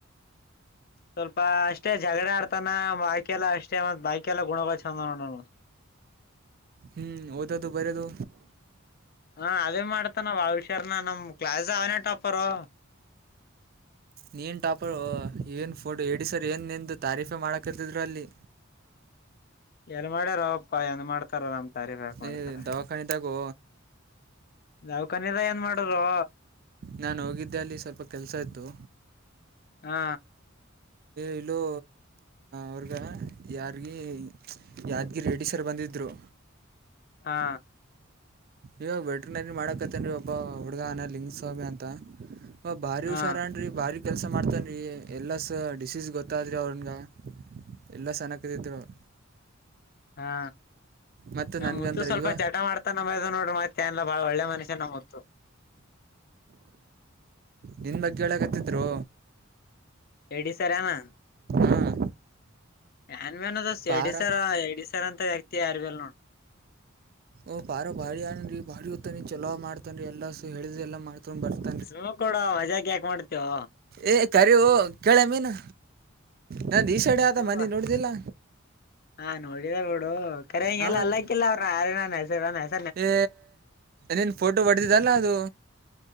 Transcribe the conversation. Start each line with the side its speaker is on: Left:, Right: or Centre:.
Left: ಸ್ವಲ್ಪ ಅಷ್ಟೇ ಜಗಳ ಆಡ್ತಾನ ಬಾಕೆಲ್ಲ ಅಷ್ಟೇ ಒಂದ್ ಬಾಯಕೆಲ್ಲ ಗುಣ ಗಳು ಚಂದ್ ನೋಡಣ
Right: ಹ್ಮ್ ಓದೋದು ಬರೆದು.
Left: ಹಾ ಅದೇ ಮಾಡ್ತ ನಾವ್ ಅವಳಷಾರನ ನಮ್ ಕ್ಲಾಸ್ ಅವ್ನೇ ಟಾಪರು.
Right: ನೀನು ಟಾಪರು ಏನು ಫೋಟೋ ಹೇಡಿ ಸರ್ ಏನು ನಿಂದು ತಾರೀಫೆ ಮಾಡಕತಿದ್ರು ಅಲ್ಲಿ.
Left: ಎಲ್ ಮಾಡ್ಯಾರ ಅವಪ್ಪಾ ಏನ್ ಮಾಡ್ತಾರ ನಮ್ ತಾರಿ ಬ್ಯಾಕ್ ಮಾಡ್ತಾರೆ.
Right: ಏ ದವಾಖಾನಿದಾಗೂ
Left: ದವ್ಕಾನೆಗ ಏನ್ ಮಾಡದೋ.
Right: ನಾನ್ ಹೋಗಿದ್ದೆ ಅಲ್ಲಿ ಸ್ವಲ್ಪ ಕೆಲಸ ಇತ್ತು.
Left: ಹಾ
Right: ಇಲ್ಲೂ ಅವ್ರಗ ಯಾರಿಗಿ ಯಾದಗಿರಿ ರೆಡ್ಡಿ ಸರ್ ಬಂದಿದ್ದ್ರೂ
Left: ಹಾ
Right: ಇವಾಗ ವೆಟ್ರನರಿ ಮಾಡಕತ್ತೇನ್ ಒಬ್ಬ ಹುಡುಗನ ಲಿಂಗಸ್ವಾಮಿ ಅಂತ. ಒ ಬಾರಿ
Left: ಹಾ
Right: ಹುಷಾರನ್ರಿ ಬಾರಿ ಕೆಲಸ ಮಾಡ್ತನ್ ರೀ ಎಲ್ಲಾ ಸ ಡಿಸೀಸ್ ಗೊತ್ತಾದ್ರೆ ಅವನ್ಗ ಎಲ್ಲಾ ಸನಕದಿದರು ಅವ್
Left: ಹಾ
Right: ಮತ್ತು
Left: ನಮ್ಮ
Right: ನನಗಂದ್ರೆ
Left: ಮುತ್ತು ಸ್ವಲ್ಪ
Right: ಇವ
Left: ಜಟ ಮಾಡ್ತ್ ತ್ತಾನ ನೋಡ ಮತ್ತೆ ಎಲ್ಲಾ ಬಾಳ ಒಳ್ಳೆ ಮನುಷ್ಯ ನಮ್ ಮುತ್ತು.
Right: ನಿನ್ ಬಗ್ಗೆ ಕೇಳಕತ್ತಿದ್ರು.
Left: ರೆಡ್ಡಿ ಸರೆನಾ
Right: ಹಾಂ
Left: ಏನ್ ಮನ್ ಅದ
Right: ಪಾರ
Left: ಎಡಿ ಸರ್ ಎಡಿ ಸರ್ ಅಂತ ವ್ಯಕ್ತಿ ಯಾರ್ ಬಿಲ್ ನೋಡ್
Right: ಓಹ ರ ಬಾಳ ಅವನ್ ರೀ ಬಾಡಿ ಉತಾನಿ ಚಲೋ ಮಾಡತನ್ ಎಲ್ಲಾ ಸ ಹೇಳಿದ ಎಲ್ಲಾ ಮಾಡ್ತೊಂಡ ಬರ್ತ್
Left: ಸ್ಲೋ ಕೋಡು ವಜಕ ಯಾಕೆ ಮಾಡ್ತೀಯೋ
Right: ಏ ಕರಿವು ಕೇಳೆ ಮೀನು ನನ್ ಈಶಾಡ್ಯ ಯಾವ್ದೋ
Left: ಸುಮ್.
Right: ಮನಿ ನೋಡ್ದಿಲ್ಲ.
Left: ಹಾ ನೋಡಿದ ಬಿಡು ಕರೆ ಹಂಗೆಲ್ಲ
Right: ಹಾಂ ಮತ್ತು
Left: ಅಲ್ಲಾಕ್ಕಿಲ್ಲ ಅವ್ರ ಆರನ ಹೆಸರ ನ
Right: ಏ ನೀನು ಫೋಟೋ ಹೊಡೆದಿದಲ್ಲ ಅದು